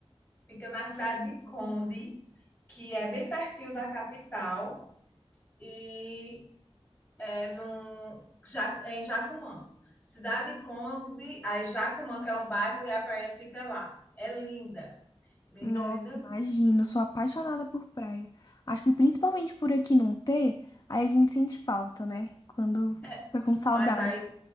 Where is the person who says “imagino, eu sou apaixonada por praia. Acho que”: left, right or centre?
Left